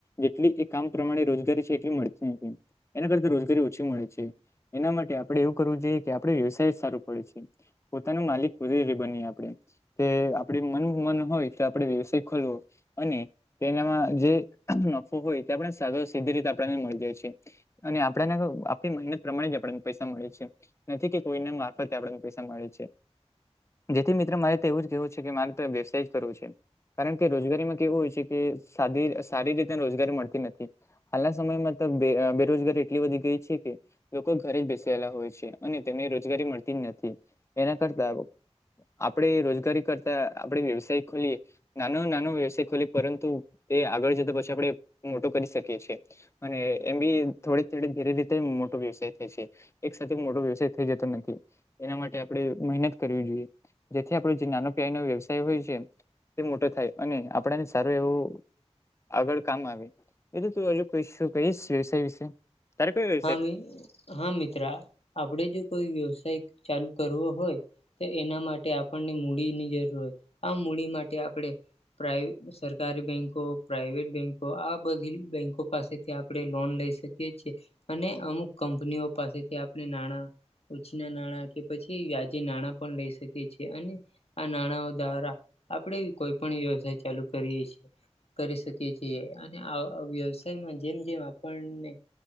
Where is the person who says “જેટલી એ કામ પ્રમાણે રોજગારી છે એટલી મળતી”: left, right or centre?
Left